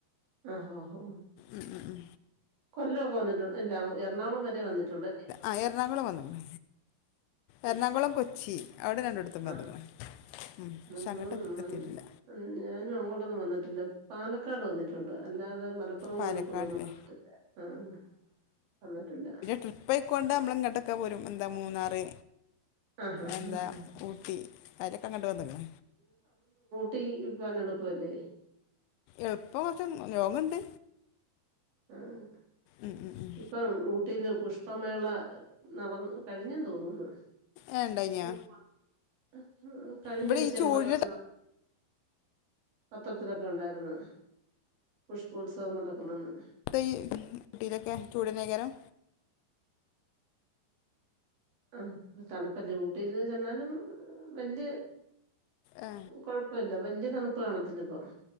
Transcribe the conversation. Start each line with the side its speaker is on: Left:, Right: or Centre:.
Right: ആഹ് ഓഹോ
Left: ഉം ഉം ഉം
Right: കൊല്ലോക്കെ വന്നിട്ടു ഇല്ല എറണാകുളം വരെ വന്നിട്ടൊള്ളല്ലേ
Left: ആഹ് എറണാകുളം വന്ന്ക്ക്ണ് എറണാകുളം കൊച്ചി അവിടെ രണ്ടാേട് ടുത്തും
Right: ആഹ്
Left: വന്ന്ക്ക്ണ് ഉം പക്ഷേ
Right: നമ്മളും
Left: അങ്ങട്ട് എത് എത്തീട്ടില്ല
Right: ഉം, ഉം ഞാനും അങ്ങോട്ടൊന്നും വന്ന്ട്ടില്ല പാലക്കാട് വന്നിട്ടുണ്ട് അല്ലാതെ മലപ് പ്പൊറോം
Left: പാലക്കാടില്ലേ
Right: കോഴിക്കോടൊന്നും വന്നിട്ടില്ല ആഹ് വന്നിട്ടില്ല
Left: ട്രിപ്പായിക്കാേണ്ട് നമ്മളി ഇങ്ങട്ടക്കെ പോരും എന്താ മൂന്നാറ്
Right: ആഹ് ആഹ്
Left: എന്താ
Right: ആഹ്
Left: ഊട്ടി അയ്ലക്കെ അങ്ങട്ട് വന്ന്ക്ക്ണ്
Right: ട്ടി പോവാൻ എളുപ്പവല്ലേ
Left: എളുപ്പം വെച്ച ലോങ്ങ്ണ്ട്
Right: ആഹ്
Left: ഉം ഉം ഉം
Right: ഇപ്പം ഊ ട്ടീല് പുഷ്പമേള നടന്ന് കഴിഞ്ഞെന്ന് തോന്ന്ന്നു
Left: ഏ ഉണ്ടായിഞ്ഞാ
Right: <unintelligible> കഴിഞ്ഞ
Left: ഇവിടെ
Right: ആഴ്ച്ചെക്കെ
Left: ഈ ചൂടിൻ്റെ
Right: പത്രത്തിലൊ പത്രത്തിലൊക്കെ ഒണ്ടാർന്ന് പുഷ്പോത്സവം നടക്കുന്നുന്ന്
Left: ഇപ്പ ഈ ഇതിലൊക്കെ ചൂടല്ലെയ്ക്കാരം
Right: ആഹ് തണുപ്പല്ലേ ഊട്ടില് ചെന്നാലും വല്ല്യേ
Left: ആ
Right: കൊഴപ്പവില്ല വല്ല്യ തണുപ്പ് കാണത്തില്ല ഇപ്പോ